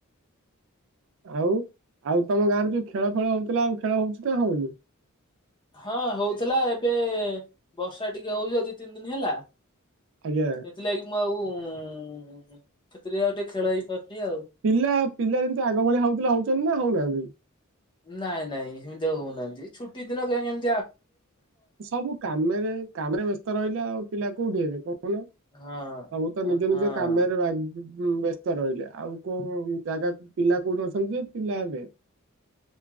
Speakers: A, on the right (about 60°); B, on the left (about 20°).
A: ଆଉ ଆଉ ତମ ଗାଁରେ ଯୋଉ ଖେଳ ଫେଳ ହଉଥିଲା ଆଉ ଖେଳ ହଉଚି ନା ହଉନି?
B: ହଁ ହଉଥିଲା ଏବେ ବର୍ଷା ଟିକେ ହଉଛି ଦି ତିନି ଦିନ ହେଲା
A: ଆଜ୍ଞା।
B: ସେଥିଲାଗି ଆଉ ସେଥିରେ ଆଉ ଟିକେ ଖେଳ ହେଇପାରୁନି ଆଉ।
A: ପିଲା ପିଲା ଯେମିତି ଆଗ ଭଳିଆ ହଉଥିଲେ ହଉଛନ୍ତି ନା ହଉନାହାନ୍ତି?
B: ନାଇ ନାଇ ସେମିତି ଆଉ ହଉନାହାନ୍ତି ଛୁଟି ଦିନ କେ କେମିତି
A: ସବୁ କାମରେ କାମରେ ବ୍ୟସ୍ତ ରହିଲେ ଆଉ ପିଲା କୋଉଠି ହେବେ କହୁ ନ
B: ହଁ
A: ସବୁ ତ
B: ହଁ
A: ନିଜ
B: ହଁ
A: ନିଜ କାମରେ ବା ବ୍ୟସ୍ତ ରହିଲେ ଆଉ କୋଉ ଜାଗା ପିଲା କୋଉଠି ଅଛନ୍ତି ଯେ ପିଲା ହେବେ।